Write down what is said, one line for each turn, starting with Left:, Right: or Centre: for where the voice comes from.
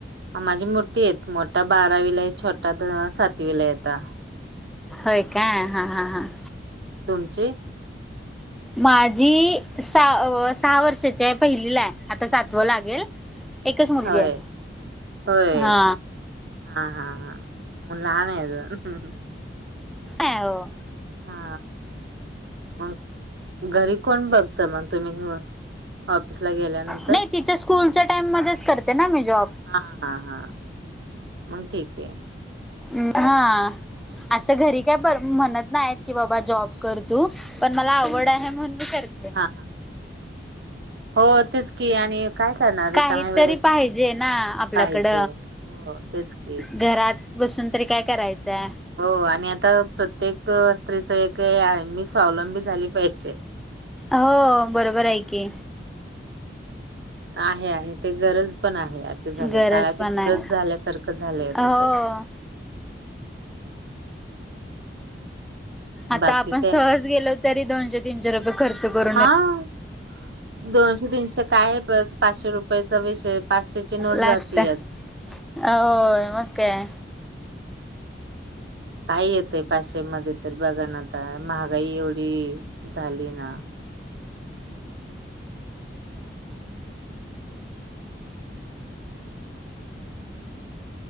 Right: माझी मोठी आहेत मोठा बारावीला आहे, छोटा सातवीला आहे आता.
Centre: होय का हा हा हा.
Right: तुमची?
Centre: माझी स सहा वर्षाची आहे पहिलीला आहे आता सातव लागेल. एकच मुलगी
Right: होय
Centre: आहे.
Right: होय
Centre: हा.
Right: हा हा हा. मग लहान आहे अजून. हा हा
Centre: ॲव.
Right: हा मग घरी कोण बघत मग तुम्ही ऑफिसला गेल्यानंतर
Centre: नाही तिच्या स्कूलच्या टाइम मध्येच करते ना मी जॉब.
Right: हा हा हा मग ठीक आहे.
Centre: हम् हा. अस घरी काय म्हणत नाही की बाबा जॉब कर तू पण मला आवड आहे म्हणून मी करते.
Right: हा हो तेच की आणि काय करणार रिकाम्या
Centre: काही
Right: वेळेत
Centre: तरी पाहिजे ना आपल्याकड
Right: पाहिजे. हो तेच की
Centre: घरात. बसून तरी काय करायचय.
Right: हो आणि आता प्रत्येक स्त्रीच एक आहे मी स्वावलबी झाली पाहिजे.
Centre: हो बरोबर आहे की,
Right: आहे आहे ते गरज पण आहे असे झालय
Centre: गरज
Right: काळाची
Centre: पण
Right: गरज
Centre: आहे
Right: झाल्यासारख झालय आता
Centre: हो.
Right: ते.
Centre: आता
Right: बाकी
Centre: आपण
Right: काय
Centre: सहज गेलो तरी दोनशे तीनशे रुपये खर्च करून
Right: हा.
Centre: ये
Right: दोनशे- तीनशे काय आहे बस पाचशे रुपयांचा विषय पाचशेची नोट
Centre: लागत
Right: जातीयच.
Centre: होय, मग काय?
Right: काही येतय पाचशे मध्ये तर बघा ना आता महागाई एवढी झाली ना.